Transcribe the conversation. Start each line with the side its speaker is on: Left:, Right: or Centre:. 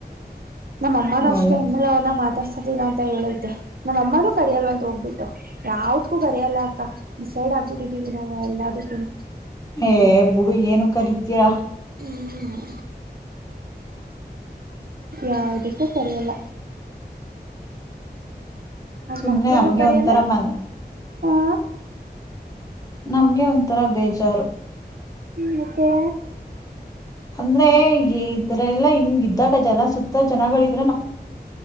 Right: ನಮ್ಮ ಅಮ್ಮನು
Left: ಒಳ್ಳೆ
Right: ಅಷ್ಟೇ ಇನ್ಮೇಲೆ ಅವರನಾ ಮಾತಡಸ ಸತಿಲ್ಲ ಅಂತ ಹೇಳೈತೆ ನಮ್ಮ ಅಮ್ಮನೂ ಅಂತೆ ಕರೆಯೋಲ್ಲ ಅಂತ ಹೋಗ್ಬಿಟ್ಟು ಯಾವುದಕ್ಕೂ ಕರೆಯೋಲ್ಲ ಅಕ್ಕ ಡಿಸೈಡ್ ಆಗ್ಬಿಟ್ಟೆ ಗಟ್ಟಿ ಇದ್ದೀವಿ ನಾವು ಎಲ್ಲದಕ್ಕೂ ನೋ
Left: ಏ ಬುಡು ಏನು ಕರಿತೀರಾ
Right: ಹು ಯಾವದಿಕ್ಕೂ ಕರಿಯೊಲ್ಲ ಅವರ
Left: ಸುಮ್ನೆ
Right: ಮಕ್ಕಳನು
Left: ನಮ್ಗೆ
Right: ಕರೆಯಲ್ಲ
Left: ಒಂಥರ ಮ
Right: ಹಾ
Left: ನಮಗೆ ಒಂಥರಾ ಬೇಜಾರು
Right: ಹು ಮತ್ತೆ
Left: ಅಂದ್ರೆ ಇತರ ಎಲ್ಲ ಹಿಂಗ ಇದ್ದಾಗ ಜನ ಸುತ್ತ ಜನಗಳವಿ